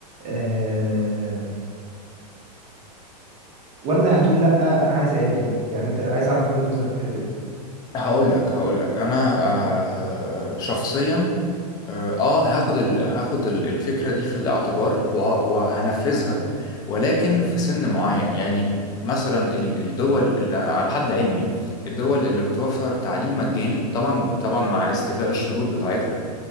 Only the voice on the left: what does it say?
هقول لك هقول لك انا آه، شخصيا اه آه، هاخد ال... هاخد ال- الفكرة دي في الاعتبار وه... وهنفذها ولكن في سن معين يعني مثلا ال- الدول اللي على حد علمي الدول اللي بتوفر تعليم مجاني طبعا طبعا مع استيفاء الشروط بتاعتها